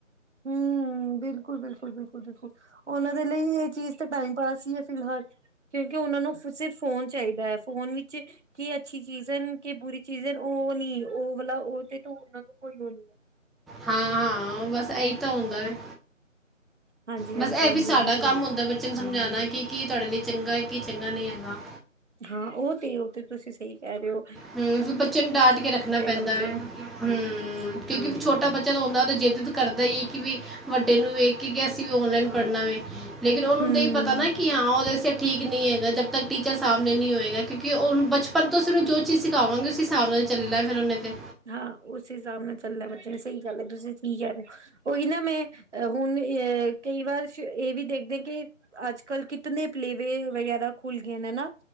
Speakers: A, on the right; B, in the centre.
A: ਹੂੰ ਬਿਲਕੁਲ- ਬਿਲਕੁਲ-ਬਿਲਕੁਲ-ਬਿਲਕੁਲ। ਉਹਨਾਂ ਦੇ ਲਈ ਇਹ ਚੀਜ਼ ਤਾਂ ਟਾਈਮ ਪਾਸ ਹੀ ਹੈ, ਫਿਲਹਾਲ ਕਿਉਂਕਿ ਉਹਨਾਂ ਨੂੰ ਸਿਰਫ ਫੋਨ ਚਾਹੀਦਾ ਅ। ਫੋਨ ਵਿੱਚ ਕੇ ਅੱਛੀ ਚੀਜ਼ ਐ, ਕੇ ਬੁਰੀ ਚੀਜ਼ ਹੈ, ਉਹ ਨੀ ਉਹ ਵਾਲਾ ਉਹਦੇ ਉਹਨਾਂ ਨੂੰ ਕੋਈ ਉਹ ਨੀ ਹੈ।
B: ਹਾਂ- ਹਾਂ ਬਸ ਇਹੀ ਤਾਂ ਹੁੰਦਾ ਵੇਖ
A: ਹਾਂਜੀ
B: ਬਸ
A: ਹਾਂਜੀ
B: ਇਹ
A: ਹਾਂਜੀ
B: ਵੀ ਸਾਡਾ
A: ਹਾਂਜੀ
B: ਕੰਮ ਹੁੰਦਾ- ਬੱਚੇ ਨੂੰ ਸਮਝਾਣਾ ਕਿ ਕੀ ਤੁਹਾਡੇ ਲਈ ਚੰਗਾ, ਕੀ ਚੰਗਾ ਨਹੀਂ ਹੈਗਾ।
A: ਹਾਂ, ਉਹ ਤੇ, ਉਹ ਤੇ ਤੁਸੀਂ ਸਹੀ ਕਹਿ ਰਹੇ ਓ।
B: ਹਮ, ਫਿਰ ਬੱਚੇ ਨੂੰ ਡਾਟ ਕੇ ਰੱਖਣਾ ਪੈਂਦਾ
A: ਬੱਚੇ
B: ਵੇ,
A: ਨੂੰ
B: ਹਮ ਕਿਉਂਕਿ ਛੋਟੇ ਛੋਟਾ ਬੱਚਾ ਰੋਂਦਾ ਤਾਂ ਜਿੱਦ ਕਰਦਾ ਹੀ, ਕਿ ਵੀ ਵੱਡੇ ਨੂੰ ਵੇਖ ਕੇ ਅਸੀਂ ਵੀ ਓਨਲਾਈਨ ਪੜ੍ਹਨਾ ਵੇ ਲੇਕਿਨ, ਉਹਨੂੰ
A: ਹਮ
B: ਨਹੀਂ ਪਤਾ ਨਾ ਕਿ, ਹਾਂ ਉਹਦੇ ਠੀਕ ਨਹੀਂ ਹੈਗਾ, ਜਦ ਤੱਕ ਟੀਚਰ ਸਾਹਮਣੇ ਨਹੀਂ ਹੋਏਗਾ ਕਿਉਂਕਿ ਉਹ ਬਚਪਨ ਤੋਂ ਉਸ ਨੂੰ ਜੋ ਚੀਜ ਸਖਾਵਾਂਗੇ, ਉਸੇ ਹਿਸਾਬ ਨਾਲ ਚੱਲਣਾ ਫੇਰ ਉਹਨੇ ਤੇ
A: ਹਾਂ ਉਸੇ ਹਿਸਾਬ ਨਾਲ ਚੱਲਣਾ ਬੱਚੇ ਨੇ ਸਹੀ ਗੱਲ ਹੈ, ਤੁਸੀਂ ਠੀਕ ਕਹਿ ਰੇ ਹੋ! ਓਈ ਨਾ ਮੈਂ ਹੁਨ ਏ ਕਈ ਵਾਰ ਇਹ ਵੀ ਦੇਖਦੇ ਕਿ ਅੱਜ ਕੱਲ ਕਿਤਨੇ ਪਲੇਵੇ ਵਗੈਰਾ ਖੁੱਲ ਗਏ ਨੇ ਨਾ।